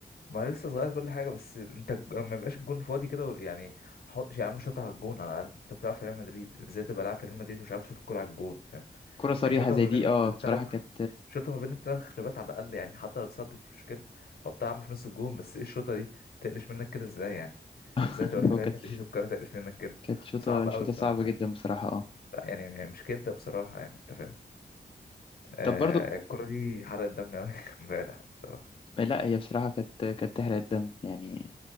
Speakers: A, on the left (about 65°); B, on the left (about 30°).
A: ما أنا لسه صغير كل حاجه بس انت الج- ما يبقاش الجون فاضي كده و- يعني حط يا عم شوطها على الجون على الاقل انت بتلعب في ريال مدريد ازاي تبقى لاعب في ريال مدريد ومش عارف تشوط الكره على الجون فاهم
B: كره صريحه
A: يعني شوطها
B: زي
A: ما
B: دي
A: بين
B: اه
A: الثلاث
B: بصراحه كانت
A: شوطها ما بين الثلاث خشبات على الاقل يعني حتى لو اتصدت مش مشكله حطها يا عم في نص الجون بس ايه الشوطه دي تقلش منك كده ازاي يعني
B: <laughs>
A: ازاي تبقى في
B: هو
A: ريال
B: كانت
A: مدريد والكره تقلش منك كده
B: كانت شوطه
A: صعبه
B: شوطه
A: قوي بصراحه
B: صعبه جدا
A: يعني
B: بصراحه اه
A: لا يعني يعني مش كده بصراحه يعني انت فاهم آه
B: طب برضو
A: الكورة دي حرقت دم أوي <laughs> امبارح بصراحة
B: لا هي بصراحه كانت كانت تحرق الدم يعني